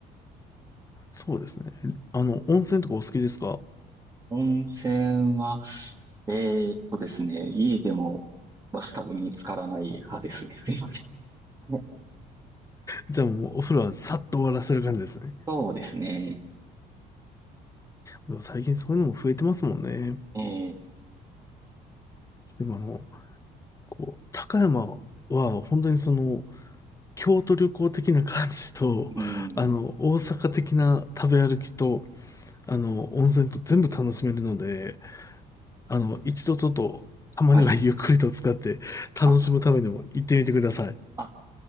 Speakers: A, on the left (about 20°); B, on the right (about 20°).
A: そうですね。あの、温泉とかお好きですか
B: 温泉は、えーっとですね、家でもバスタブに浸からない派ですね。すいません。はい
A: じゃあもうお風呂はさっと終わらせる感じですね。
B: そうですね。
A: でも最近そういうのも増えてますもんね。
B: ええ
A: でもあの、こう、高山は本当にその、京都旅行的な感じと、
B: うーん。
A: あの、大阪的な食べ歩きと、あの、温泉と全部楽しめるので、あの、一度ちょっと、たまにはゆっくりと使って楽しむためにも行ってみてください。
B: はい。あ、あ、